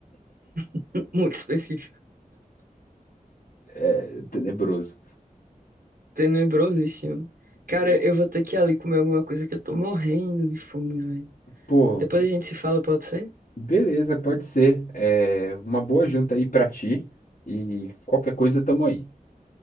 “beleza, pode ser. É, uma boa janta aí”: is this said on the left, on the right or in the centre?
Left